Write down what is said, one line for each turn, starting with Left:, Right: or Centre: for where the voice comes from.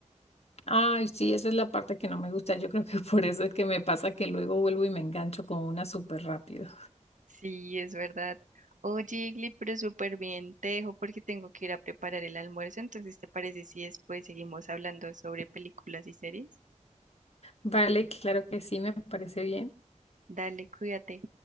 Left: Ay, sí, esa es la parte que no me gusta. Yo creo que por eso es que me pasa que luego vuelvo y me engancho con una súper rápido.
Right: Sí, es verdad. Oye, Igli, pero súper bien, te dejo porque tengo que ir a preparar el almuerzo, entonces ¿te parece si después seguimos hablando sobre películas y series?
Left: Vale, claro que sí, me parece bien.
Right: Dale, cuídate.